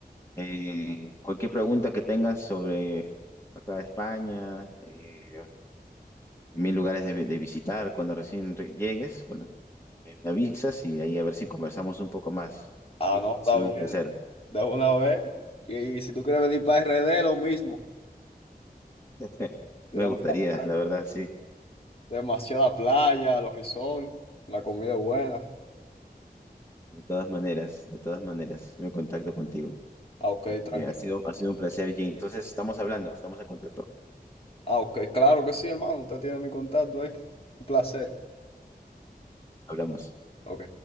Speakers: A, on the left (about 15°); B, on the left (about 35°).
A: eh, cualquier pregunta que tengas sobre acá España, eh, mil lugares de, vi- de visitar cuando recién re- llegues. Bueno, me, me avisas y ahí a ver si conversamos un poco más.
B: Ah,
A: Y ha
B: no, está
A: sido
B: bien,
A: un placer.
B: de una vez. Y si tú quieres venir para RD, lo mismo.
A: <laughs>
B: Tenemos
A: Me gustaría,
B: la playa,
A: la verdad, sí.
B: demasiada playa, los resorts, la comida es buena.
A: De todas maneras, de todas maneras, me contacto contigo.
B: Ah, ok,
A: Y
B: tranquilo.
A: Ha sido, ha sido un placer, Jay. Entonces, estamos hablando, estamos en contacto.
B: Ah, ok, claro que sí, hermano. Usted tiene mi contacto ahí. Un placer.
A: Hablamos.
B: Ok.